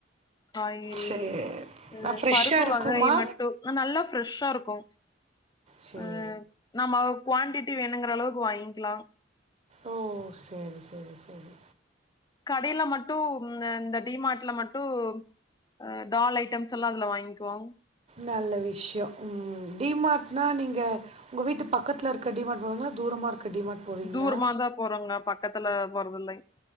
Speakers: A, on the left (about 20°); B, on the right (about 35°).
A: காய்கறி
B: சரி
A: அ
B: நான் ஃப்ரெஷ்ஷாக
A: பருப்பு
B: இருக்குமா
A: வகைய மட் டு நல்ல ஃப்ரெஷ்ஷா ருக்கு
B: சரி
A: ம் நம்மவ் குவான்டிட்டி வேணுங்கிற அளவுக்கு வாங்கிக்கிலா
B: ஓ சேரி சேரி சேரி
A: கடைல மட்டு ம் அ இந்த டிமார்ட்ல மட்டு ஹ டால் ஐட்டம்ஸ் எல்லா அதுல வாங்கிக்குவோ
B: நல்ல விஷ்யோ ம் டிமார்ட்னா நீங்க உங்க வீட்டு பக்கத்துல இருக்குற டிமார்ட் போவீங்களா தூரமா இருக்குற டிமார்ட் போவீங்களா
A: தூரமா தா போறோங்க பக்கத்துல போறது இல்லைங்